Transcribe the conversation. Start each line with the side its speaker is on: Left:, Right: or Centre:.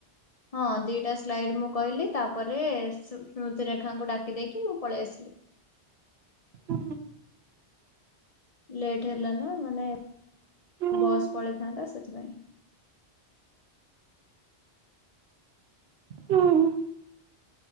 Left: ହଁ ଦିଟା ସ୍ଲାଇଡ୍ ମୁଁ କହିଲି ତାପରେ ସ୍ମୃତିରେଖାଙ୍କୁ ଡାକି ଦେଇକି ମୁଁ ପଳେଇ ଆସିଲି।
Right: ହୁଁ।
Left: ଲେଟ୍ ହେଲାନା ମାନେ
Right: ହୁଁ
Left: ବସ୍ ପଳେଇଥାନ୍ତା ସେଥିପାଇଁ।
Right: ହୁଁ ହୁଁ।